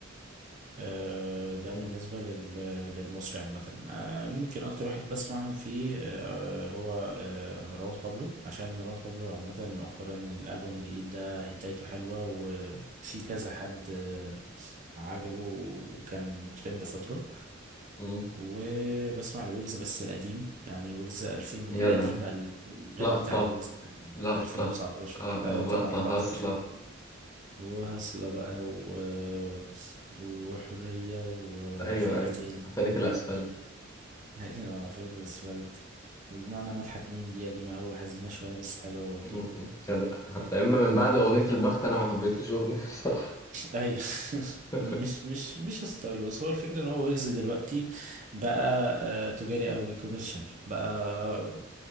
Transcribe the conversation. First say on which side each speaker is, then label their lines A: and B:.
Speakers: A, on the right; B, on the left.
A: أه ده
B: مم.
A: بالنسبة لل- للمصري عامة أه ممكن أكتر واحد بسمعهم فيه أه هو أه مروان بابلو عشان مروان بابلو عامة مؤخرا الألبوم الجديد ده هتايته حلوة وفي كذا حد آه، عجبه وكان ترند فترة
B: مم.
A: وبسمع لويجز بس القديم يعني ويجز 2000
B: جدع
A: القديم بقى ال- الراب
B: لقطة
A: بتاع ويجز القديم
B: لقطة
A: 2019
B: آه
A: آه
B: آه،
A: طبعا
B: لقطة
A: لقطة
B: هاصلة
A: الفيلم وهسلة بقى و... وحرية وفي
B: ايوه
A: ايه
B: ايوه
A: تاني
B: فريق الاسفلت
A: <laughs> في الاسفلت وجمعنا ملحة اتنين دي قديمة أوي وحزينة شوية بس حلوة برضو
B: مم. جدع <laughs> لما من بعد اغنية البخت انا ما حبيتلوش اغنية بصراحة
A: اي <laughs>
B: <laughs>
A: مش مش مش ستايل بس هو الفكره ان هو ويجز دلوقتي بقى آه، تجاري قوي كوميرشال بقى